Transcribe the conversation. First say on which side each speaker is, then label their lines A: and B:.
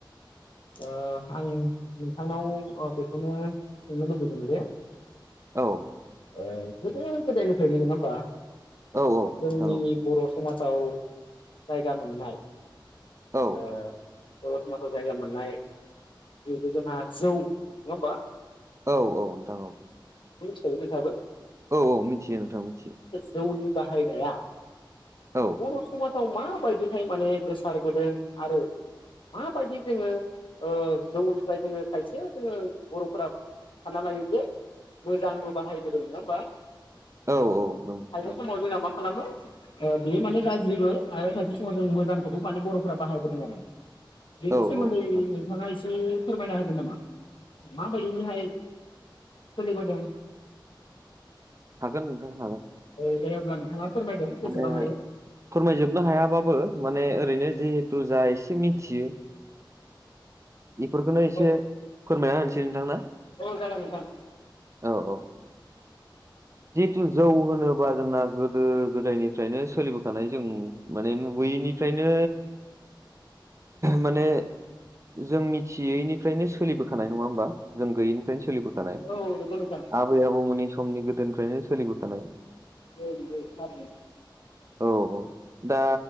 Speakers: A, on the left; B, on the right.
A: ओ आं नोंथांनाव ओ बेखौनो सोंनो लुबैदों जे।
B: औ।
A: ओ गोदो गोदायनिफ्रायनो नङा होमबा
B: औ औ
A: जोंनि
B: नोंथां
A: बर'। समाजाव जायगा मोननाय
B: औ
A: ओ बर' समाजाव जायगा मोन। मोननाय जिहेथु जोंहा नङा होमबा?
B: औ औ नोंथां औ।
A: सैनो थाबाय।
B: औ औ मिथियो नोंथां मिथियो।
A: जौनि बाहायनाया
B: औ
A: बर' समाज। आव माबायदिहाय माने गोसारबोदों आरो माबायदि। जोङो ओ जौनिफ्राय जोङो खायसे जोङो बर'फोरा सानना लायो जे। मोजांबो बाहायबोदों नङा होमबा?
B: औ औ ओं
A: खायसे
B: औ।
A: समाव जोंना मा खालामो ओ बेयो माने गाज्रिबो आरो खायसे समाव जों मोजांखौबो माने बर'फोरा बाहायबोदों आरो। बेनि
B: औ
A: सोमोन्दै
B: औ नोंथां
A: नोंथाङा एसे फोरमायना होगोन नामा माबायदिहाय? सोलिबोदों।
B: हागोन नोंथां हागोन।
A: ए अब्ला नोंथाङा। फोरमायदों बेसेबां
B: माने
A: हायो
B: फोरमायजोबनो हायाबाबो माने। ओरैनो जिहेतु जा एसे मिथियो। बेफोरखौनो एसे
A: औ
B: फोरमायना होनोसै नोंथां ना।
A: औ जागोन नोंथां।
B: औ औ।
A: <inaudible>
B: जिहेथु जौ होनोबा जोंना गोदो गोदायनिफ्रायनो सोलिबोखानाय जों माने नुुबोयो। निफ्रायनो माने। जों मिथियैनिफ्रायनो सोलिबोखानाय नङा होमबा जों गैयैनिफ्रायनो सोलिबो। खानाय
A: औ नंगौ नोंथां
B: आबै आबौमोननि समनि गोदोनिफ्रायनो सोलिबोखानाय।
A: <inaudible>
B: औ औ दा